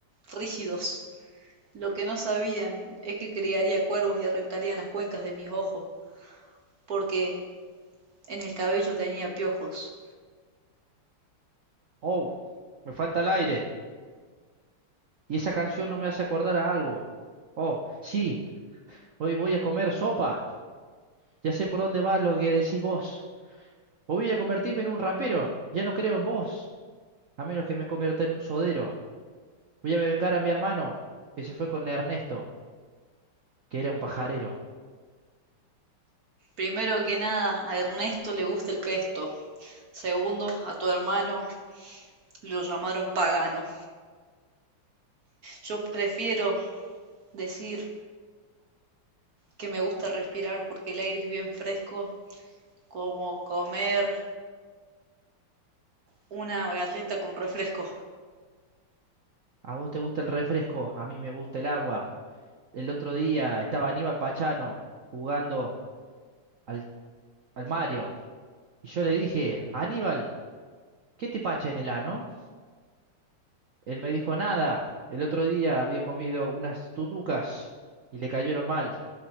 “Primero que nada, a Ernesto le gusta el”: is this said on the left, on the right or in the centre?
Right